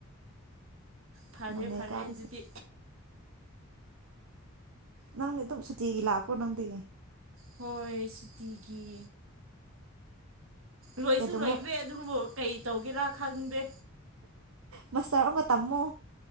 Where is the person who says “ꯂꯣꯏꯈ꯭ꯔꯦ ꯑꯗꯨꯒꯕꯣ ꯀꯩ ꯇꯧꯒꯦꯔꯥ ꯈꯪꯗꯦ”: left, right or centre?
Right